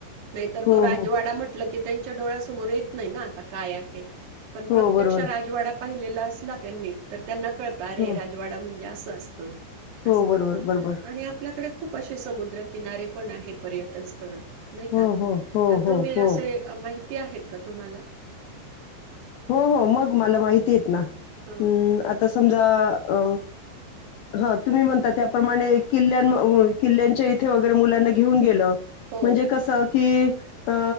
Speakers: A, on the right; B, on the left.
A: नाही तर
B: हो
A: तो राजवाडा
B: हो
A: म्हटलं त्यांच्या डोळ्या समोर येत नाही ना, आता काय आहे. पण
B: हो
A: प्रत्यक्ष
B: बरोबर
A: राजवाडा पहिलेला असला त्यांनी तर त्यांना कळत अरे!
B: हो
A: राजवाडा म्हणजे असं. असतं.
B: हो
A: असं
B: बरोबर बरोबर
A: आणि आपल्याकडे खूप असे समुद्र किनारे पण आहे पर्यटन स्थळ. नाही
B: हो
A: का?
B: हो हो
A: तर
B: हो
A: तुम्ही
B: हो
A: असे माहि ती आहेत का तुम्हाला?
B: हो हो मग मला माहिती आहेत ना.
A: हं
B: हम्म आता समजा अ ह तुम्ही म्हणता त्याप्रमाणे <unintelligible> किल्यांच्या इथे वगैरे मुलांना घेऊन गेलं
A: हो
B: म्हणजे कसं की अ